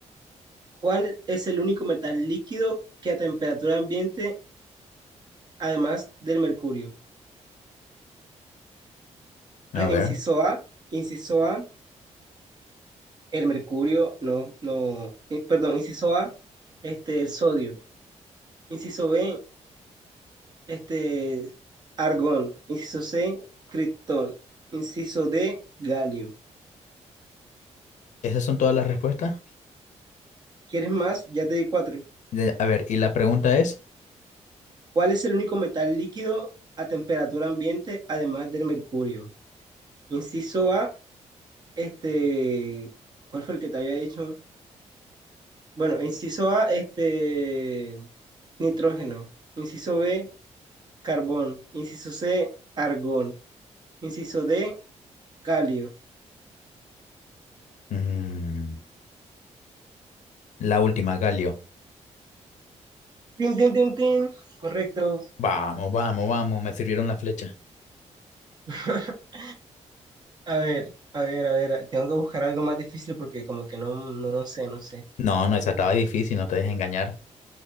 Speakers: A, on the right; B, on the left.
A: ¿Cuál es el único metal líquido que a temperatura ambiente, además del mercurio?
B: A
A: Eh,
B: ver,
A: Inciso A, inciso A, el mercurio, no, no, eh, perdón, inciso A, este, el sodio. Inciso B, este, argón. Inciso C, criptón. Inciso D, galio.
B: esas son todas las respuestas.
A: ¿Quieres más? Ya te di cuatro.
B: De- a ver, y la pregunta es,
A: ¿Cuál es el único metal líquido a temperatura ambiente además del mercurio? Inciso A, este, ¿cuál fue el que te había dicho? Bueno, inciso A, este, nitrógeno. Inciso B, carbón. Inciso C, argón. Inciso D, calio.
B: mm, la última, Galio.
A: Tin, tin, tin, tin. Correcto.
B: Vamos, vamos, vamos, me sirvieron la flecha.
A: <laughs> A ver, a ver, a ver, tengo que buscar algo más difícil porque como que no, no, no sé, no sé.
B: No, no, esa estaba difícil, no te dejes engañar.